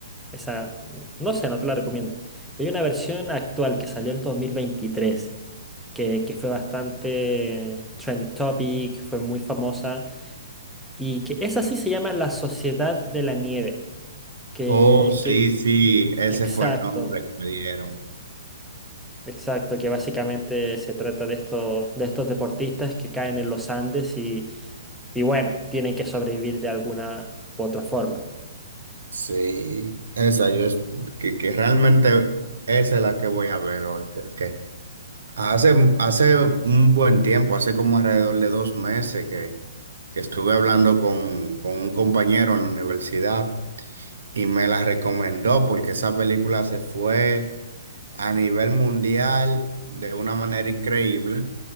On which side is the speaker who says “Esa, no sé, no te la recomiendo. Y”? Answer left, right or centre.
Centre